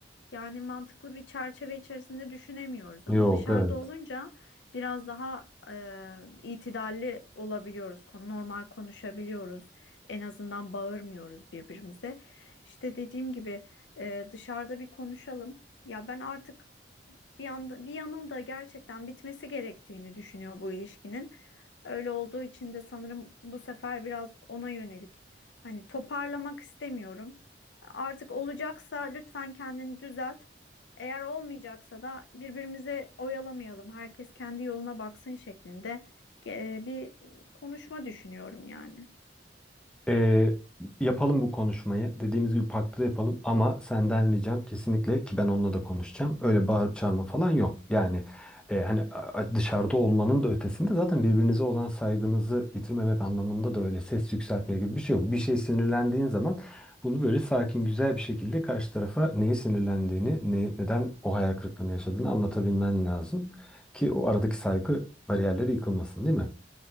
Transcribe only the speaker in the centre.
Yok,
evet.
Ee, yapalım bu konuşmayı. Dediğimiz gibi parkta da yapalım ama senden ricam kesinlikle ki ben onunla da konuşacağım. Öyle bağırıp çağırma falan yok. Yani e, hani a- a- dışarıda olmanın da ötesinde zaten birbirinize olan saygınızı yitirmemek anlamında da öyle ses yükseltme gibi bir şey yok. Bir şey sinirlendiğin zaman bunu böyle sakin güzel bir şekilde karşı tarafa neye sinirlendiğini, ne, neden o hayal kırıklığını yaşadığını anlatabilmen lazım ki o aradaki saygı bariyerleri yıkılmasın, değil mi?